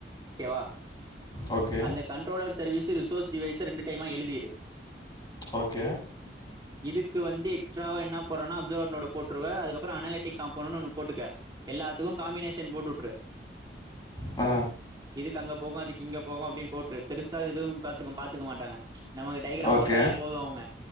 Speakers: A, on the right (about 25°); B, on the left (about 25°).
A: ஓகே வா
B: ஓகே
A: அந்த கண்ட்ரோலர் சர்வீஸ் ரிசோர்ஸ் டிவைஸ் ரெண்டு டைமா எழுதிடு
B: ஓகே
A: இதுக்கு வந்து எக்ஸ்ட்ராவா என்ன போறனா அப்சர்வர்னோட போட்டுருவே அதுக்கப்புறோ அனாலிட்டிக் காம்போன்னு ஒன்னு போட்டுக்க எல்லாத்துக்கு காம்பினேஷன் போட்டுட்டுரு
B: ஆ
A: இதுக்கு அங்க போகு அதுக்கு இங்க போகு அப்டின்னு போட்ரு பெருசா இதுவும் பாத்து பாத்துக்க மாட்டாங்க நமக்கு டைகிராம்
B: ஓகே
A: போட்டாலே போது அவ்ங்க